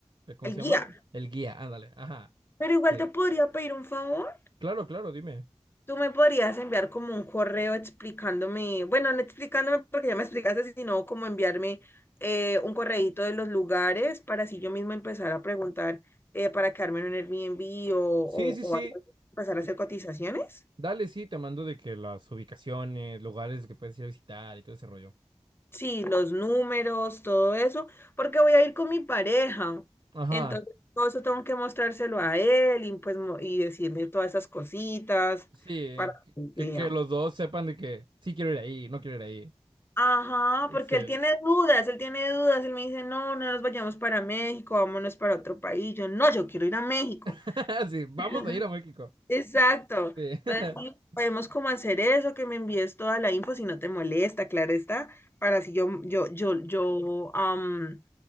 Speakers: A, on the right; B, on the left.
A: el- ¿cómo
B: el
A: se
B: guía.
A: llama? El guía, ándale, ajá.
B: Pero igual
A: Sí.
B: te podría pedir un favor.
A: Claro, claro, dime.
B: Tú me podrías enviar como un correo explicándome, bueno, no explicándome porque ya me explicaste, sino como enviarme eh, un correíto de los lugares para así yo mismo empezar a preguntar eh, para quedarme en un Airbnb o, o,
A: Sí, sí,
B: o
A: sí.
B: algo así, empezar a
A: te-
B: hacer cotizaciones.
A: Dale, sí, te mando de que las ubicaciones, lugares que puedes ir a visitar y todo ese rollo.
B: Sí, los números, todo eso, porque voy a ir con mi pareja.
A: Ajá.
B: Entonces, todo eso tengo que mostrárselo a él y, pues, mo- y decirle todas esas cositas
A: Sí,
B: para
A: que,
B: que
A: que-
B: vea.
A: que los dos sepan de que sí quiero ir ahí, no quiero ir
B: Ajá,
A: ahí.
B: porque
A: Sí.
B: él tiene dudas, él tiene dudas, él me dice, no, no nos vayamos para México, vámonos para otro país. Yo, no, yo quiero ir a México.
A: <laughs> Sí, vamos
B: <laughs>
A: a ir a México.
B: Exacto.
A: Sí. <laughs>
B: Entonces, sí, podemos como hacer eso, que me envíes toda la info si no te molesta, claro está, para si yo, yo, yo, yo, am,